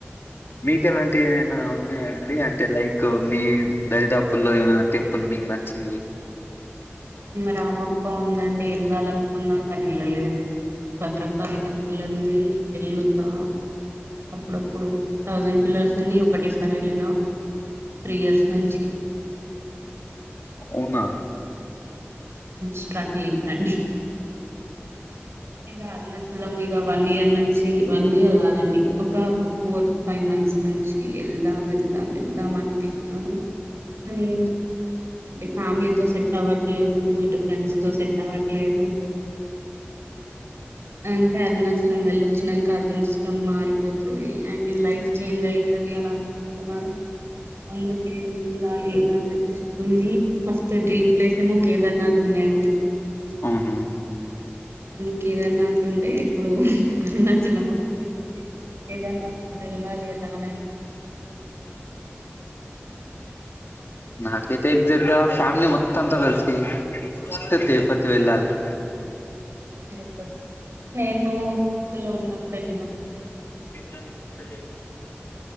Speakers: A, on the left; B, on the right.
A: మీకు ఎలాంటివి ఏమైనా ఉన్నాయంండి అంటే లైక్ మీ దరిదాపు లో ఏ టెంపుల్ మీకు నచ్చింది.
B: రామప్ప ఉందండి వెళ్ళాలనుకున్నా కానీ వెళ్ళలేదు భద్రకాలి టెంపు <unintelligible> ఎళతా అప్పుడప్పుడు థౌజండ్ పిలర్స్ ఉంది ఒకటేసారి వెళ్ళిన త్రీ ఇయర్స్ నుంచి.
A: అవునా
B: స్ట్రగ్లింగ్ అండి ఇక అరుణాచలం ఇక వన్ ఇయర్ నుంచి వన్ ఇయర్ కాదండి ఒక ఫోర్ ఫైవ్ మంత్స్ నుంచి వెళ్దాం వెళ్దాం వెళ్దాం అనిపిస్తుందినీ. అ ఫ్యామిలీతో సెట్ అవ్వట్లేదు ఇటు ఫ్రెండ్స్ తో సెట్ అవట్ లేదు అంటే అరుణాచలం వెళ్ళొచ్చినాక అదృష్టం మారిపోతది. ఐ మీన్ లైఫ్ చేంజ్ అవుతుంది అని అన్నారు అందుకే. అే <unintelligible> ఇస్తుంది ఫస్ట్ డ్రీమ్ ప్లేస్. మేమో కేదర్నాథ్ ఉన్నాయి అండి.
A: అవునా
B: కేదార్నాథ్ ఉండే ఇప్పుడు అరుణాచలం మొత్తం కేదార్నాథ్ ఇప్పుడు వేలాలి అలానే
A: నాకైతే ఎక్జాక్ట్గా ఫ్యామిలీ మొత్త తో కలిసి ఫాస్ట్ తిరుపతి వెళాళ్లి.
B: తిరుపతి నేను ఫిఫ్త్ లో ఉన్నప్పుడు వెళ్లిన
A: వీ <unintelligible>